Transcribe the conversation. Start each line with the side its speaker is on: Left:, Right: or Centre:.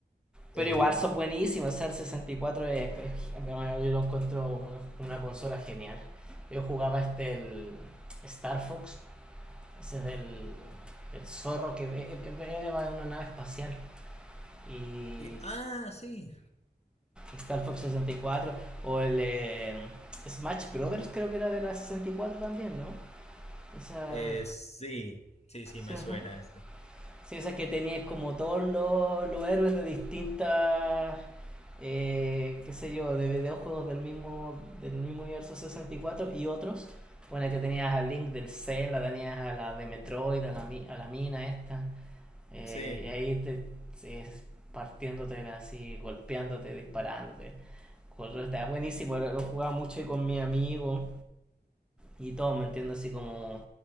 Centre: Pero
Left: Eh,
Centre: igual son buenísimos. O sea, el 64 es, es- yo lo encuentro una consola genial. Yo jugaba este el Star Fox, ese es del, del zorro que va en una nave espacial. Y
Left: y- ah, sí.
Centre: Star Fox 64 o el eh, Smash Brothers creo que era de la 64 también, ¿no? O sea,
Left: Eh, sí, sí, sí, me
Centre: sí, ajá.
Left: suena ese.
Centre: Sí, o sea, que tenías como todos los, los héroes de distintas, eh, qué sé yo, de videojuegos del mismo, del mismo universo 64 y cuatro y otros. Bueno, que tenías a Link del Zelda, tenías a la de Metroid, a la, mi- a la mina esta. eh,
Left: Sí,
Centre: y ahí te, es partiéndote así, golpeándote, disparándote. Control Está buenísimo, lo, lo jugaba mucho y con mi amigo y todo, me entiendo así como